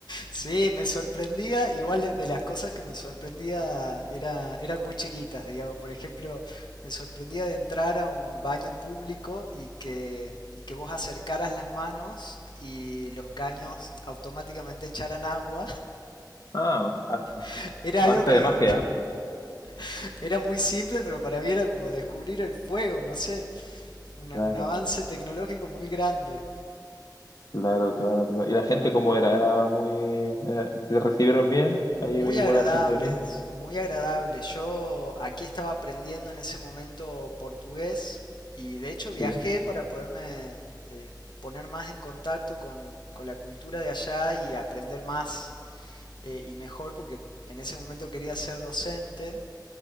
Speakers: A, on the left (about 75°); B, on the left (about 55°).
A: Sí, me sorprendía, igual de las cosas que me sorprendía era, eran muy chiquitas, digamos. Por ejemplo, me sorprendía de entrar a un baño público y que, y que vos acercaras las manos y los caños automáticamente echaran agua.
B: Ah,
A: <laughs> Era algo
B: arte
A: que
B: de magia.
A: <laughs> era muy simple, pero para mí era como descubrir el fuego, no sé, una-
B: Claro.
A: un avance tecnológico muy grande.
B: Claro, claro, claro. ¿Y la gente cómo era? Era muy... eh, ¿Te recibieron bien? Ahí
A: Muy
B: vi
A: agradables,
B: buena sintonía.
A: muy agradables. Yo aquí estaba aprendiendo en ese momento portugués y de hecho viajé
B: Sí,
A: para poderme eh, poner más en contacto con, con la cultura de allá y aprender más eh, y mejor porque en ese momento quería ser docente,